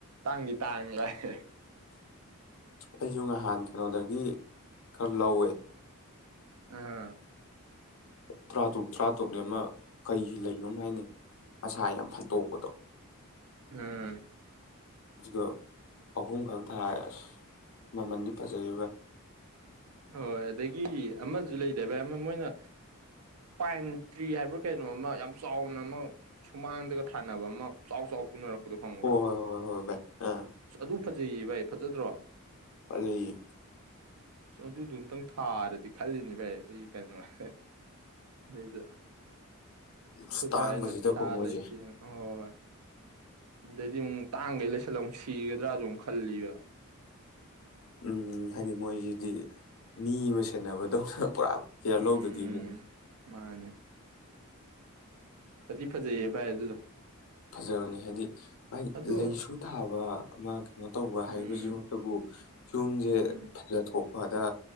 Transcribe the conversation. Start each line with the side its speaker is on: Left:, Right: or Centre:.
Right: ꯇꯥꯡꯗꯤ ꯇꯥꯡꯉꯦ ꯕꯥꯢ ꯍꯦ
Left: ꯑꯩꯖꯨ ꯅꯍꯥꯟ ꯀꯩꯅꯣꯗꯒꯤ ꯈꯔ ꯂꯧꯋꯦ
Right: ꯑꯥ
Left: ꯇꯔꯥ ꯇꯔꯨꯛ ꯇꯔꯥ ꯇꯔꯨꯛꯅꯤ ꯑꯃ ꯀꯩꯒꯤ ꯂꯩꯅꯣ ꯑꯃ ꯍꯥꯏꯅꯦ ꯃꯁꯥ ꯌꯥꯝ ꯐꯟꯇꯣꯛꯄꯗꯣ
Right: ꯎꯝ
Left: ꯑꯗꯨꯗꯣ ꯑꯍꯨꯝꯈꯛ ꯊꯥꯢꯌꯦ ꯑꯁ ꯃꯃꯟꯗꯤ ꯐꯖꯩ ꯚꯥꯢ
Right: ꯍꯣꯏ ꯑꯗꯒꯤ ꯑꯃꯁꯨ ꯂꯩꯗꯥꯢ ꯚꯥꯏ ꯑꯃ ꯃꯣꯏꯅ ꯄꯥꯏꯟ ꯇ꯭ꯔꯤ ꯍꯥꯏꯕ꯭ꯔ ꯀꯩꯅꯣ ꯑꯃ ꯌꯥꯝ ꯆꯥꯎꯅ ꯑꯃ ꯁꯨꯃꯥꯡꯗꯒ ꯊꯥꯅꯕ ꯑꯃ ꯆꯥꯎ ꯆꯥꯎ ꯄꯨꯅꯔꯛꯄ ꯑꯗꯨ ꯐꯪꯕ꯭ꯔ
Left: ꯍꯣꯏ ꯍꯣꯏ ꯍꯣꯏ ꯍꯣꯏ ꯚꯥꯏ ꯑꯥ
Right: ꯑꯗꯨ ꯐꯖꯩꯌꯦ ꯚꯥꯏ ꯐꯖꯗ꯭ꯔꯣ
Left: <unintelligible>
Right: ꯑꯁ ꯑꯗꯨꯗꯨ ꯑꯝꯇꯪ ꯊꯥꯔꯗꯤ ꯈꯜꯂꯤꯅꯤ ꯚꯥꯏ ꯑꯩ ꯀꯩꯅꯣ ꯑꯗꯩꯗ
Left: ꯑꯁ
Right: ꯑꯈꯣꯢ
Left: ꯇꯥꯡꯕꯁꯤꯗꯀꯣ
Right: ꯕꯁꯤꯅ ꯄꯩꯁꯥ
Left: ꯃꯣꯏꯁꯦ
Right: ꯂꯩꯇꯦꯅ ꯍꯣꯏ ꯍꯣꯢ ꯍꯣꯢ ꯑꯗꯩꯗꯤ ꯑꯃꯨꯛ ꯇꯥꯡꯒꯩ ꯂꯩꯁꯜꯂ ꯑꯃꯨꯛ ꯁꯤꯒꯗ꯭ꯔꯖꯨ ꯑꯃꯨꯛ ꯈꯜꯂꯤꯕ
Left: ꯎꯝ ꯍꯥꯏꯗꯤ ꯃꯣꯏꯁꯤꯗꯤ ꯃꯤ ꯑꯃ ꯁꯦꯟꯅꯕꯗꯧꯅ ꯄꯨꯔꯥ ꯀꯦꯌꯔ
Right: ꯎꯝ
Left: ꯂꯧꯗ꯭ꯔꯥꯗꯤ ꯑꯃꯨꯛ
Right: ꯃꯥꯅꯦ ꯐꯗꯤ ꯐꯖꯩꯌꯦ ꯚꯥꯏ ꯑꯗꯨꯗꯣ
Left: ꯐꯖꯕꯅꯤ ꯍꯥꯏꯗꯤ ꯃꯥꯏ
Right: ꯑꯗꯣ
Left: ꯂꯩꯁꯨ ꯊꯥꯕ ꯑꯃ ꯀꯩꯅꯣ ꯇꯧꯕ
Right: ꯎꯝ
Left: ꯍꯥꯏꯕꯁꯤꯃꯛꯇꯕꯨ ꯌꯨꯝꯁꯦ
Right: ꯎꯝ
Left: ꯐꯖꯊꯣꯛ ꯄꯗ꯭ꯔ